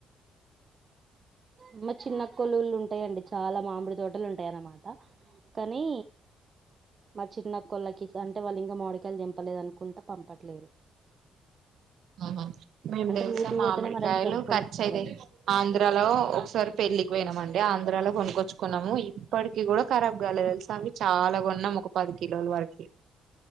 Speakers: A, on the right; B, on the right.
A: ఇంగ చిన్న అక్కోళ్ళు ఊళ్ళు ఉంటాయండి చాలా మామిడి తోటలు ఉంటాయి అన్నమాట ట కానీ మా చిన్నక్కోళ్లకి స అంటే వాళ్ళు ఇంగా మూడికాయలు తెంపు తెంపలేదనుకుంట పంపట్లేరు
B: అహా మేము
A: అంటే
B: తెలుసాం
A: ఊటికి
B: మామిడికాయలు
A: పోతేనే మరి ఆళ్ళు తెంపుకొని
B: ఖర్చ
A: వస్తారు
B: అయితయి
A: కదా
B: ఆంధ్ర ఆంధ్రాలో ఒకసారి పెళ్లికి పోయినామ అండి ఆంధ్రాలో కొనుక్కొచ్చుకున్నాము ఇప్పటికి కి కూడా కరాబ్ కాలేదు తెలుసా అవి చాలా కొన్నాం ఒక పది కిలోల వరకి